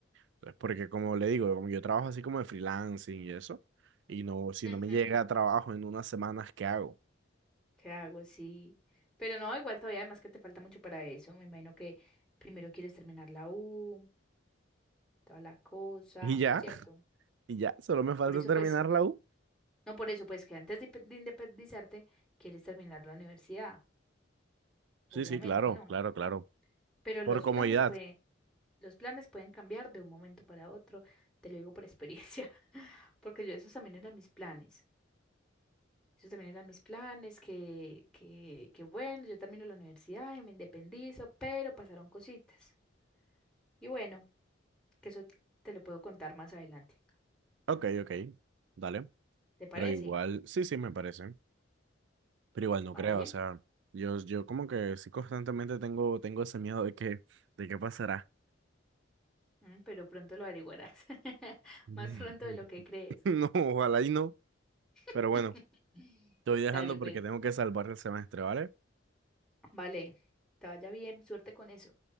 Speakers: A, on the right (about 65°); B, in the centre.
A: Entonces, porque como le digo, como yo trabajo así como de freelancing y eso, y no, si
B: Ujú.
A: no me llega trabajo en unas semanas, ¿qué hago?
B: ¿Qué hago? Sí. Pero no, igual todavía además que te falta mucho para eso. Me imagino que primero quieres terminar la U, toda la cosa,
A: Y ya,
B: ¿cierto?
A: <laughs> y ya, solo me falta
B: Por eso
A: terminar
B: pues,
A: la U.
B: no por eso pues que antes de, de independizarte quieres terminar la universidad,
A: Sí,
B: obviamente
A: sí, claro,
B: no.
A: claro, claro.
B: Pero
A: Por
B: los
A: comodidad.
B: planes pueden Los planes pueden cambiar de un momento para otro, te lo digo por experiencia, <laughs> porque yo esos también eran mis planes. Esos también eran mis planes, que, que, que bueno, yo termino la universidad y me independizo, pero pasaron cositas. Y bueno, que eso t- te lo puedo contar más adelante.
A: Ok, ok, dale.
B: ¿Te parece?
A: Pero igual, sí, sí, me parece. Pero igual no
B: Vale,
A: creo, o sea, yo, yo como que sí constantemente tengo, tengo ese miedo de que, de qué pasará.
B: Mm, pero pronto lo averiguarás, <laughs>
A: <laughs>
B: más pronto de lo que crees.
A: No, ojalá y no. Pero
B: <laughs>
A: bueno, te voy dejando
B: Dale,
A: porque
B: pues,
A: tengo que salvar el semestre, ¿vale?
B: vale, te vaya bien, suerte con eso.